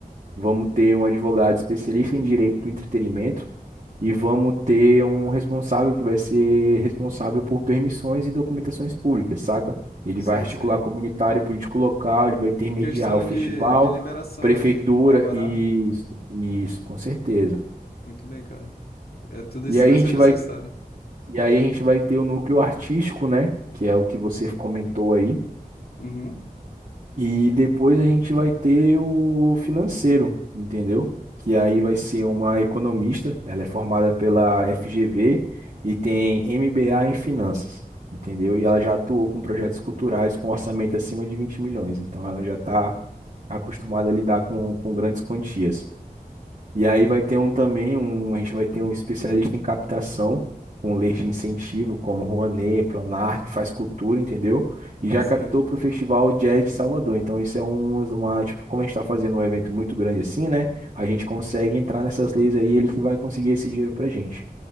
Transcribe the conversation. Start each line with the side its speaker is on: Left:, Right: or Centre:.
Right: vamos ter um advogado especialista em direito do entretenimento e vamos ter um responsável que vai ser responsável por permissões e documentações públicas, saca? Ele
Left: Sei,
Right: vai articular
Left: sei.
Right: comunitário, político local, ele vai intermediar
Left: Questão
Right: o festival,
Left: de, de liberação,
Right: prefeitura,
Left: né? De alvará.
Right: e isso, isso, com certeza.
Left: Muito bem, cara. É tudo isso
Right: E aí
Left: vai
Right: a gente
Left: ser necessário.
Right: vai, e aí a gente vai ter o núcleo artístico, né? Que é o que você comentou aí
Left: Uhum.
Right: E depois a gente vai ter o financeiro, entendeu? Que aí vai ser uma economista, ela é formada pela FGV e tem MBA em finanças, entendeu? E ela já atuou com projetos culturais com orçamento acima de 20 milhões, então ela já está acostumada a lidar com, com grandes quantias. E aí vai ter um também, um, a gente vai ter um especialista em captação, com leis de incentivo, como Rouanet, Pronarc, Faz Cultura, entendeu? E já
Left: Sei.
Right: captou para o Festival Jazz de Salvador. Então, isso é um, uma, tipo, como a gente está fazendo um evento muito grande assim, né? A gente consegue entrar nessas leis aí, ele que vai conseguir esse dinheiro pra gente.